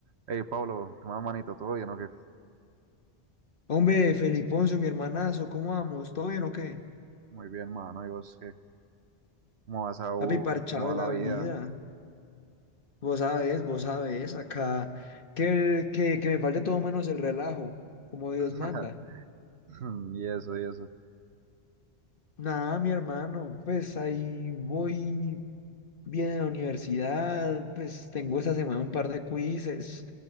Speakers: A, on the right; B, on the left.
A: Hey Pablo, ¿qué más manito? ¿Todo bien o qué?
B: Hombre, Feliponcio, mi hermanazo, ¿cómo vamos? ¿Todo bien o qué?
A: Muy bien, mano. ¿Y vos qué? ¿Cómo vas a U?
B: Papi, parchado
A: ¿Cómo
B: de
A: va
B: la
A: la vida?
B: vida. Vos sabés, vos sabés, acá que, que, que me falta todo menos el relajo, como Dios
A: <laughs>
B: manda.
A: Y eso, y eso.
B: Nada, mi hermano, pues ahí voy bien a la universidad, pues tengo esta semana un par de quizzes,